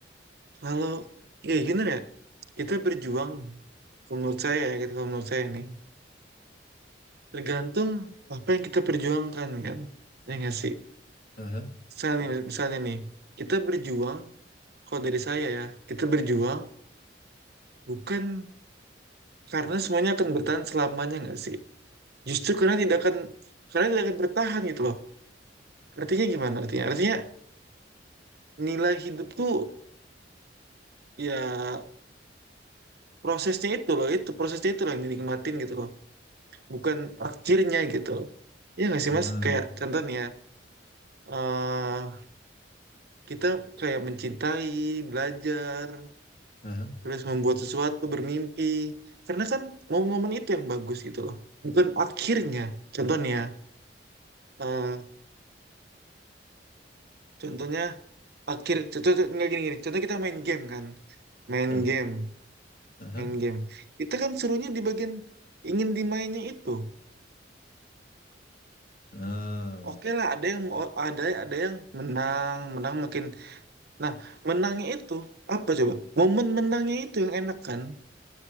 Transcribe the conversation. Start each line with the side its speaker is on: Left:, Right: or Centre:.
Right: Kalau ya gini ya, kita berjuang. Kalau menurut saya ya, kita kalau menurut saya ini tergantung apa yang kita perjuangkan kan. Ya nggak sih.
Left: Heeh,
Right: Misalnya, nih- misalnya nih, kita berjuang. Kalau dari saya ya, kita berjuang bukan karena semuanya akan bertahan selamanya nggak sih. justru karena tidak akan karena tidak akan bertahan gitu loh artinya gimana artinya artinya nilai hidup tuh ya prosesnya itu loh itu prosesnya itu loh yang dinikmatin gitu loh bukan akhirnya gitu loh ya nggak sih mas
Left: heeh,
Right: kayak contohnya eh kita kayak mencintai belajar
Left: Heeh.
Right: terus membuat sesuatu bermimpi karena kan momen-momen itu yang bagus gitu loh bukan akhirnya contohnya eh contohnya akhir contoh contoh- nggak gini gini contoh kita main game kan main
Left: betul.
Right: game
Left: Heeh,
Right: main game kita kan serunya di bagian ingin dimainnya itu
Left: heeh.
Right: oke lah ada yang ada ada yang menang menang makin nah menangnya itu apa coba momen menangnya itu yang enak kan